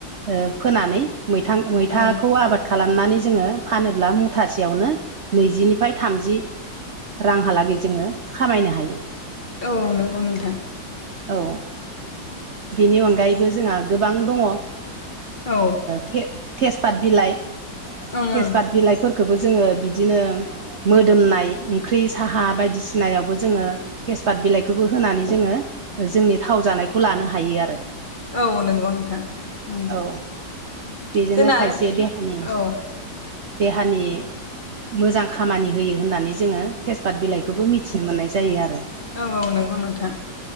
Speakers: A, on the right; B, on the left.
A: ओ फोनानै मैथा मैथाखौ
B: औ
A: आबाद खालामनानै जोङो फानोब्ला मुथासेयावनो नैजिनिफ्राय थामजि रांहालागै जोङो खामायनो हायो।
B: औ नंगौ नोंथां।
A: औ बिनि अनगायैबो जोंहा गोबां दङ ओ
B: औ
A: थे थेजपात बिलाइ
B: ओं
A: थेजपात बिलाइफोरखौबो जोङो बिदिनो मोदोमनाय ओंख्रि साहा बायदिसिनायावबो जोङो थेसपात बिलाइखौबो होनानै जोङो जोंनि थाव जानायखौ लानो हायो आरो।
B: औ नंगौ नोंथां। ओं
A: औ
B: उम
A: बेजोंनो
B: जोंना
A: खायसे
B: आरो
A: देहानि
B: औ
A: देहानि मोजां खामानि होयो होननानै जोङो थेसपात बिलाइखौबो मिथि मिथिनो मोननाय जायो आरो।
B: औ औ नोंगौ नोंथां।